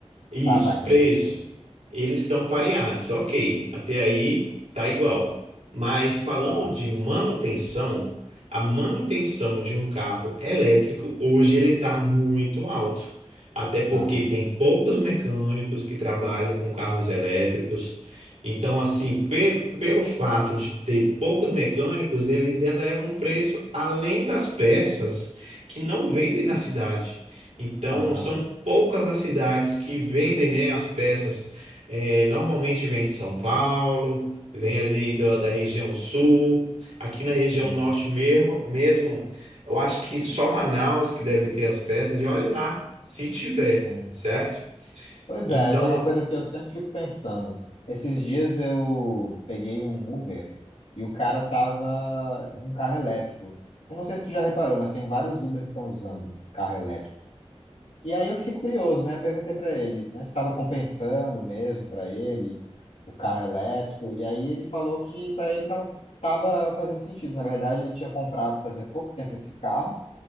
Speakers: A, on the right; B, on the left.
A: Isso,
B: Tá, tá, entendi.
A: preço.
B: entendi.
A: Eles estão pareados, ok. Até aí tá igual. Mas falando
B: Tá,
A: de manutenção, a manutenção de um carro elétrico hoje ele está muito alto. Até porque
B: aham,
A: tem poucos mecânicos que trabalham com carros elétricos. Então, assim, pe- pelo fato de ter poucos mecânicos, eles elevam o preço além das peças que não vendem na cidade. Então,
B: aham,
A: são poucas as cidades que vendem, né, as peças. É, normalmente vem de São Paulo, vem ali da da região sul. Aqui na região
B: sim,
A: norte mesmo, mesmo, eu acho que só Manaus que deve ter as peças. E olhe lá, se tiver,
B: sim.
A: certo?
B: Pois
A: Então,
B: é, essa é uma coisa que eu sempre fico pensando. Esses dias eu peguei um Uber e o cara tava com um carro elétrico. Eu não sei se tu já reparou, mas tem vários Uber que estão usando carro elétrico. E aí eu fiquei curioso, né? Eu perguntei para ele, né, se estava compensando mesmo para ele o carro elétrico. E aí ele falou que para ele tava, tava fazendo sentido. Na verdade, ele tinha comprado fazia pouco tempo esse carro